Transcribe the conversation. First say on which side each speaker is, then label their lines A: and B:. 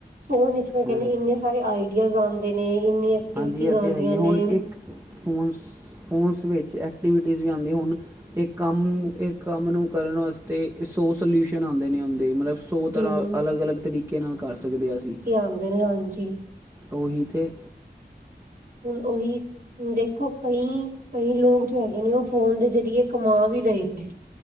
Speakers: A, on the right; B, on the right.
A: ਫੋਨ ਵਿੱਚ ਮੈਂ ਕਹਿਨੀ
B: ਹਾਂਜੀ
A: ਇੰਨੇ ਸਾਰੇ ਆਈ ਡੀਆਜ਼ ਆਂਦੇ ਨੇ ਇੰਨੇ ਐਕਵਿਟੀਜ਼
B: ਹਾਂਜੀ ਇਹ
A: ਆਦੀਆਂ
B: ਤੇ ਹੈ ਹੀ ਹੈ।
A: ਨੇ।
B: ਹੁਣ ਇੱਕ ਫੋਨਸ- ਫੋਨਸ ਵਿੱਚ ਐਕਟੀਵਿਟੀਜ਼ ਵੀ ਆਦੀਆਂ ਹੋਣ। ਇਕ ਕੰਮ ਇਕ ਕੰਮ ਨੂੰ ਕਰਨ ਵਾਸਤੇ ਸੌ ਸਲਿਊਸ਼ਨ ਆਦੇ ਨੇ ਹੁੰਦੇ ਮਤਲਬ। ਸੋ
A: ਹੂੰ
B: ਤਰ੍ਹਾਂ ਅਲੱਗ-ਅਲੱਗ ਤਰੀਕੇ ਨਾਲ ਕਰ ਸਕਦੇ ਹਾਂ ਅਸੀਂ।
A: ਆਉਂਦੇ ਨੇ ਹਾਂਜੀ।
B: ਉਹੀ ਤੇ।
A: ਹੁਣ ਉਹੀ। ਹੁਣ ਦੇਖੋ ਕਈ- ਕਈ ਲੋਕ ਜੋ ਹੈਗੇ ਨੇ ਉਹ ਫੋਨ ਦੇ ਜਰੀਏ ਕਮਾ ਵੀ ਰਹੇ ਨੇ।